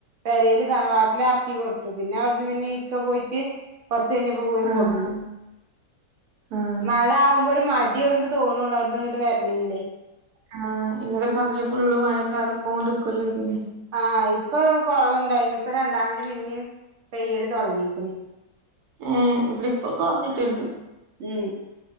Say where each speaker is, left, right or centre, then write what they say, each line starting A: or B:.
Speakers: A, on the right; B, on the right.
A: പെരേല് തറവാട്ടില് എറക്കി കൊടുത്തു പിന്നെ അവിടുന്ന് പിന്നെ ഇക്ക പോയിട്ട് കൊറച്ച് കഴിഞ്ഞപ്പോ പോയി
B: ആഹ്
A: കൊടുന്നു
B: ആഹ്
A: മഴ ആവുമ്പോ ഒരു മടിയുള്ളൊരു തോന്നണം അവിടുന്ന് ഇങ്ങട്ട് വരണെങ്കിലെ
B: ആ ഇന്നലെ പകല് ഫുള്ള് മഴ ചാറിക്കൊണ്ടിക്കുവല്ലെതിന്
A: ആ ഇപ്പൊ കൊറവുണ്ടായിനു ഇപ്പ രണ്ടാമത് പിന്നേം പെയ്യാൽ തൊടങ്ങിയേക്കണ്.
B: മ് ഇവിടിപ്പൊ കൊറഞ്ഞിട്ടുണ്ട്
A: ഉം